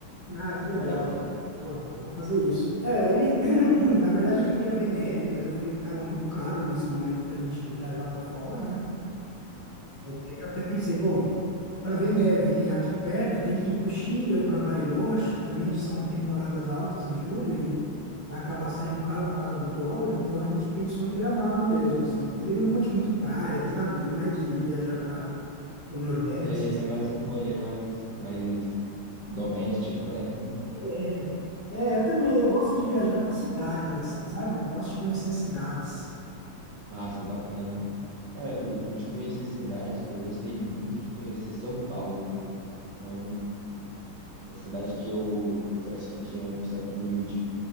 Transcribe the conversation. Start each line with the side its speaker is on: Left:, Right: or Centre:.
Left: Ah, que legal.
Right: vale a pena.
Left: Pô, eu vou fazer isso. É, ele, <clears throat> na verdade, ele queria ver neve, mas eu falei que estava muito caro nesse momento para a gente viajar para fora, né? Eu até pensei, bom, para ver neve aqui perto, tem que ir para o Chile ou para Bariloche, também são temporadas altas em julho e vai acabar saindo caro por causa do dólar, então a gente pensou em Gramado mesmo, assim. Ele não curte muito praia, sabe? Não é de viajar para o Nordeste,
Right: É,
Left: assim.
Right: Ele é mais um rolê mais, mais doméstico, né?
Left: É, é, eu também, eu gosto de viajar para cidades, assim, sabe? Eu gosto de conhecer as cidades.
Right: Massa, é bacana. Cara, eu- de conhecer cidade, eu gostei muito de conhecer São Paulo, né? É um- uma cidade que eu confesso que tinha um certo nível de